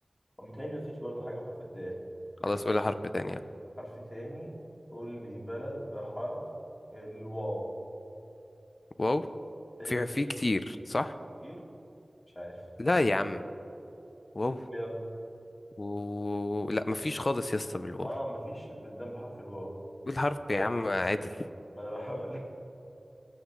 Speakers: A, on the left; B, on the left.
A: ومتهيألي مفيش برضه حاجة بحرف الدال
B: خلاص
A: ماشي
B: قولي حرف تاني
A: حرف تاني قول لي بلد بحرف الواو
B: واو
A: متهيألي
B: في في
A: مفيش
B: كتير صح
A: كتير مش عارف
B: لا يا عم واو
A: يلا
B: و... لا ما فيش خالص يا اسطى بالواو
A: اه مفيش بلدان بحرف الواو
B: قول حرف يا عم عدل
A: ما انا بحاول